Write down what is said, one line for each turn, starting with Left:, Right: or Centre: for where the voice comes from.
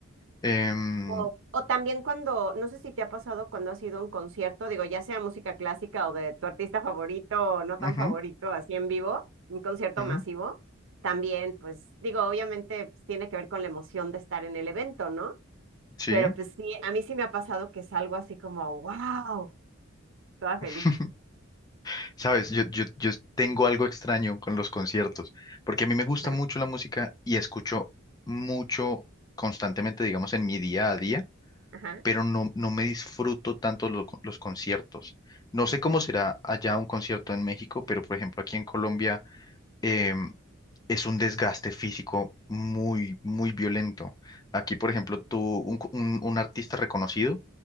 Left: Em,
Right: O, o también cuando, no sé si te ha pasado cuando has ido a un concierto, digo, ya sea música clásica o de tu artista favorito o no tan
Left: ujú,
Right: favorito, así en vivo, un concierto
Left: ujú,
Right: masivo, también, pues digo, obviamente pues, tiene que ver con la emoción de estar en el evento, ¿no?
Left: sí.
Right: Pero pues sí, a mí sí me ha pasado que salgo así como, wow, toda feliz.
Left: <laughs> Sabes, yo, yo, yo tengo algo extraño con los conciertos, porque a mí me gusta
Right: Ajá,
Left: mucho la música y escucho mucho constantemente, digamos, en mi día a día,
Right: ajá,
Left: pero no, no me disfruto tanto lo- los conciertos. No sé
Right: Mm.
Left: cómo será allá un concierto en México, pero por ejemplo aquí en Colombia em, es un desgaste físico muy, muy violento. Aquí, por ejemplo, tú, un, co- un un artista reconocido,